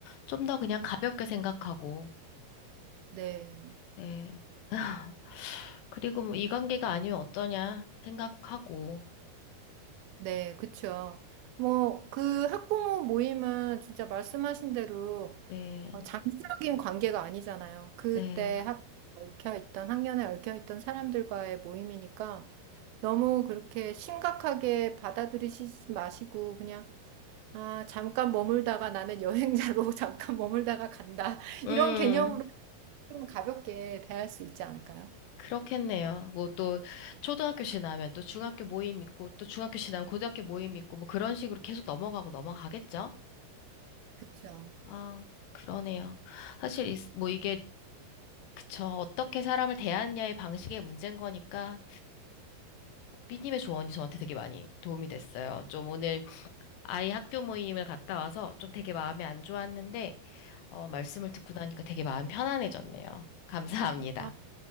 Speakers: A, on the left; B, on the right.
A: 좀 더 그냥 가볍게 생각하고,
B: 네,
A: 네. <laughs> 그리고 뭐 이 관계가 아니면 어떠냐 생각하고,
B: 네, 그쵸. 뭐, 그 학부모 모임은 진짜 말씀하신 대로
A: 네,
B: 어, 장기적인 관계가 아니잖아요. 그때
A: 네.
B: 학, 얽혀있던, 학년에 얽혀있던 사람들과의 모임이니까 너무 그렇게 심각하게 받아들이시지 마시고 그냥 아, 잠깐 머물다가 나는 여행자로 <laughs> 잠깐 머물다가 간다.
A: 음,
B: 이런 개념으로 좀 가볍게 대할 수 있지 않을까요?
A: 그렇겠네요. 뭐 또 초등학교씩 나면 또 중학교 모임 있고, 또 중학교씩 나면 고등학교 모임 있고, 뭐 그런 식으로 계속 넘어가고 넘어가겠죠?
B: 그쵸.
A: 아, 그러네요. 사실 이- 뭐 이게, 그쵸. 어떻게 사람을 대하느냐의 방식의 문제인 거니까, 삐님의 조언이 저한테 되게 많이 도움이 됐어요. 좀 오늘 아이 학교 모임을 갔다 와서 좀 되게 마음이 안 좋았는데, 어, 말씀을 듣고 나니까 되게 마음 편안해졌네요. 감사합니다.
B: 아,